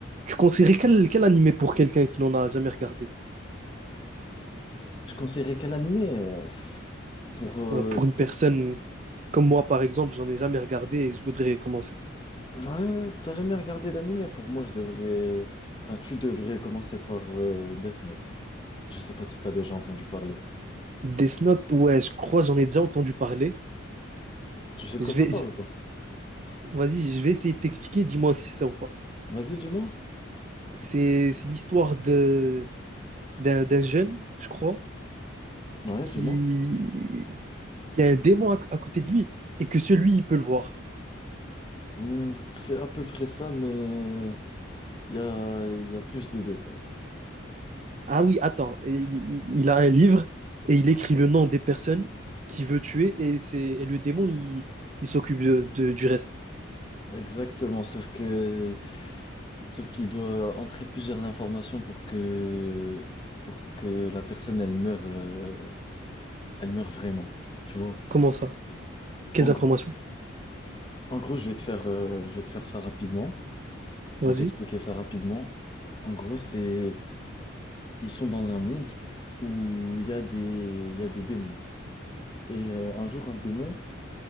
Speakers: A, on the right; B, on the left.
A: Tu conseillerais quel, quel animé pour quelqu'un qui n'en a jamais regardé?
B: Je conseillerais quel animé? euh, Pour euh,
A: Ouais, pour une personne comme moi, par exemple, j'en ai jamais regardé et je voudrais commencer.
B: ouais, t'as jamais regardé d'animé? Pour moi, je devrais. Enfin, tu devrais commencer par euh, Death Note. Je sais pas si t'as déjà entendu parler.
A: Death Note, ouais, je crois, j'en ai déjà entendu parler.
B: Tu sais de
A: Je
B: quoi
A: vais,
B: ça parle
A: je-
B: ou pas?
A: vas-y, je vais essayer de t'expliquer, dis-moi si c'est ça ou pas.
B: Vas-y, dis-moi.
A: C'est c'est l'histoire de d'un d'un jeune, je crois,
B: Ouais,
A: qui,
B: dis-moi.
A: qui a un démon à, à côté de lui et que celui, il peut le voir.
B: Hmm, c'est à peu près ça, mais il y a, il y a plus de détails.
A: Ah oui, attends, et il, il a un livre et il écrit le nom des personnes qu'il veut tuer et, c'est, et le démon, il, il s'occupe de, de- du reste.
B: Exactement, sauf que sauf qu'il doit entrer plusieurs informations pour que pour que la personne elle meure euh, elle meure vraiment. Tu vois?
A: Comment ça? Quelles
B: En
A: informations?
B: gros. En gros, je vais te faire, euh, je vais te faire ça rapidement.
A: Vas-y,
B: Je vais t'expliquer ça rapidement. En gros, c'est, ils sont dans un monde où il y a des, il y a des démons. Et euh, un jour, un démon,